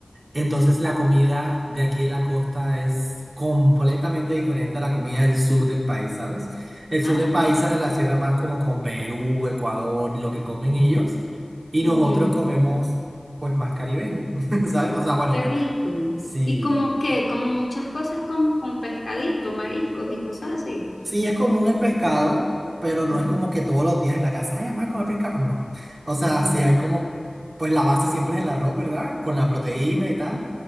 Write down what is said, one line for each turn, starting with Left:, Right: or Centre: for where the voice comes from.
Right: entonces la comida de aquí de la costa es completamente diferente a la comida del sur del país, ¿sabes? El sur
Left: Ah,
Right: del país se relaciona más como con Perú, Ecuador, lo que comen ellos, y
Left: ujú.
Right: nosotros comemos pues más caribeño, <laughs> ¿sabes? O sea, bueno,
Left: Qué
Right: yo
Left: rico.
Right: sí.
Left: Y como que, como muchas cosas con, con pescadito, mariscos y cosas así.
Right: Sí, es común el pescado, pero no
Left: Ujú,
Right: es como que todos los días en la casa, ay, mamá, comer pescado. No. O sea,
Left: ujú.
Right: sí hay como, pues la base siempre es el arroz, ¿verdad? Con la proteína
Left: Ok,
Right: y tal.